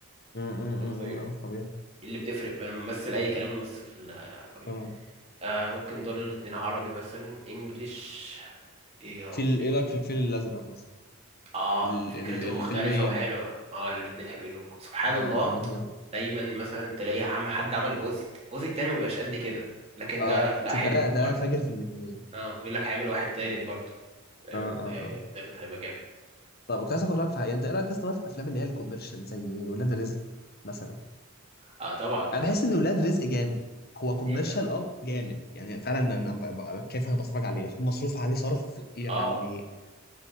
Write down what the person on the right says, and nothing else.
الشخصية
دي.
إيه اللي بتفرق بين ممثل اي كلام ممثل آه، عربي
آه ممكن دول الاتنين عربي مثلا انجليش ايه يا ربي
اه
فكرته
مختلفة وحلوة اه الاتنين حلوين وب- سبحان
الله
دايما مثلا تلاقي عم حد عمل جزء الجزء التاني مبيبقاش قد كده لكن
ده لا, لا
حلو
برضه
اه ويقول لك هيعمل واحد تالت برضه فاهم
انت
آه،
التالت هيبقى جامد
اه طبعا جامد
هي جامدة.
اه آه.